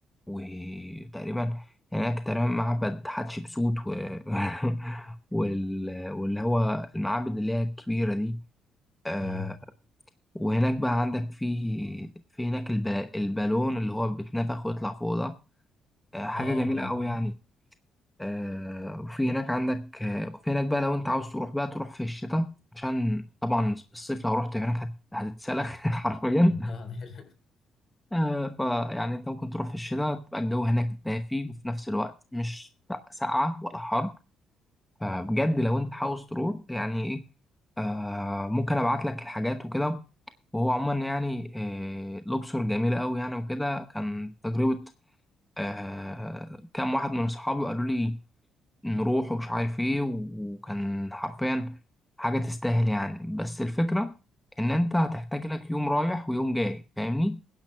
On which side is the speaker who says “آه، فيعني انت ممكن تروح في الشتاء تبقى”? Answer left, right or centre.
Centre